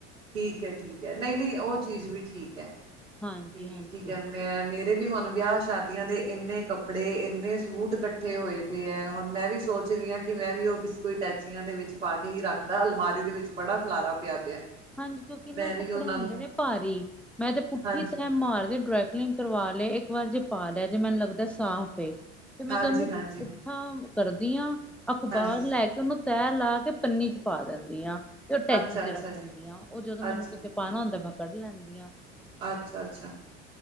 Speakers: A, on the right; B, in the centre.
A: ਠੀਕ ਏ, ਠੀਕ ਏ, ਨਈ-ਨਈ ਓ ਚੀਜ਼ ਵੀ ਠੀਕ ਐ।
B: ਹਾਂਜੀ
A: ਤੇ
B: ਹਾਂਜੀ
A: ਕੀ ਕੈਦੇ ਆ ਮੇਰੇ ਵੀ ਹੁਣ ਵਿਆਹ ਸ਼ਾਦੀਆਂ ਦੇ ਇੰਨੇ ਕੱਪੜੇ ਇੰਨੇ ਸੂਟ ਕੱ ਠੇ ਹੋਏ ਪੇ ਐ ਹੁਣ ਮੈਂ ਵੀ ਸੋਚ
B: ਹਾਂਜੀ
A: ਰੀਆਂ ਕਿ ਮੈਂ ਵੀ ਉ ਕਿਸ ਕੋਈ ਟੈਚੀਆਂ ਦੇ ਵਿੱਚ ਪਾ ਕੇ ਹੀ ਰੱਖਦਾ ਅਲਮਾਰੀ ਦੇ ਵਿੱਚ ਬੜਾ ਖਲਾਰਾ ਪਿਆ ਪਿਆ
B: ਹਾਂਜੀ ਕਿਉਂਕਿ ਨਾ
A: ਮੈਂ
B: ਉ ਕੱਪੜੇ
A: ਵੀ ਉਹਨਾਂ
B: ਹੁੰਦੇ
A: ਨੂੰ
B: ਨੇ ਭਾਰੀ ਮੈਂ ਤੇ ਪੁੱਠੀ
A: ਹਾਂਜੀ
B: ਤੇੈ ਮਾਰਦੇ ਡਰੈਕਲਿਨ ਕਰਵਾ ਲੇ ਇੱਕ ਵਾਰ ਜੇ ਪਾ ਲੇ ਜੇ ਮੈਨੂੰ ਲੱਗਦਾ ਸਾਫ਼ ਏ ਤੇ ਮੈਂ
A: ਹਾਂਜੀ
B: ਤੇ ਓਨੁ
A: ਹਾਂਜੀ
B: ਹਾਂ ਕਰਦੀ ਆਂ ਅਖ਼ਬਾਰ
A: ਹਾਂਜੀ
B: ਲੈ ਕੇ ਉਨੂੰ ਤੈ ਲਾ ਕੇ ਪੰਨੀ ਚ ਪਾ ਦਿੰਦੀ ਆਂ ਫੇਰ ਟੈਚੀ
A: ਅੱਛਾ
B: 'ਚ
A: ਅੱਛਾ
B: ਰੱਖ
A: ਜੀ
B: ਲੈਂਦੀ ਆ ਓ ਜਦੋਂ ਮੈਨੂੰ
A: ਅੱਛਾ
B: ਕਿਤੇ ਪਾਣਾ ਹੁੰਦਾ ਮੈਂ ਕੱਢ ਲੈਂਦੀ ਆ।
A: ਅੱਛਾ-ਅੱਛਾ